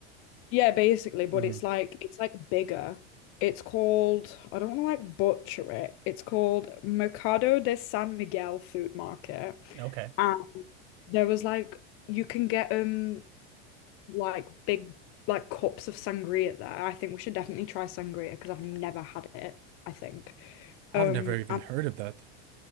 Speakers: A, on the left (about 45°); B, on the right (about 55°).
A: Yeah, basically, but
B: Mm,
A: it's like it's like bigger. It's called, I don't want to like butcher it. It's called Mercado de San Miguel Food Market.
B: okay.
A: And there was like you can get um like big like cups of sangria there. I think we should definitely try sangria because I've never had it, I think.
B: I've
A: Um
B: never even
A: and
B: heard of that. <laughs>